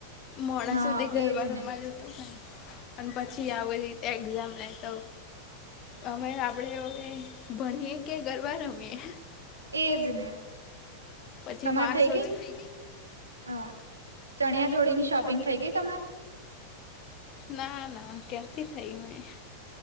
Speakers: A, on the left (about 35°); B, on the right (about 75°).
A: મોળા
B: હા
A: સુધી ઘરબા
B: એજ
A: રમવા
B: ને
A: જતો હોય અને પછી આવી રીતે એક્ઝામ લેતો અમે આપણેે હવે ભણિએ કે ગરબા રમીએ
B: એજ ને
A: પછી
B: તમાર
A: માર્ક્સ
B: થઈ ગઈ
A: ઓછા
B: અ ચણિયા ચોળિની શોપિંગ થઈ ગઈ તમાર
A: ના ના ક્યાંથી થઈ હોય